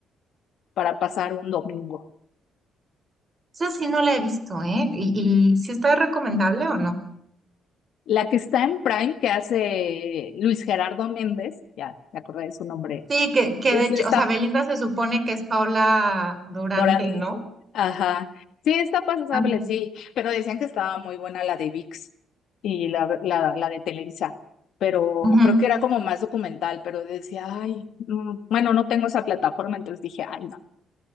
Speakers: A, on the left; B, on the right.
A: para pasar un domingo.
B: Esa sí no la he visto, ¿eh? ¿Y, y sí está recomendable o no?
A: La que está en Prime, que hace Luis Gerardo Méndez, ya me acordé de su nombre,
B: Sí, que, que
A: es
B: de hecho,
A: esta
B: o sea, Belinda se supone que es Paula Durante,
A: actora,
B: ¿no?
A: ajá, sí, está pasable,
B: Ah,
A: sí, pero decían que estaba muy buena la de VIX y la, la, la de Televisa, pero
B: ujú.
A: creo que era como más documental, pero decía, ay, mm, bueno, no tengo esa plataforma, entonces dije, ay, no,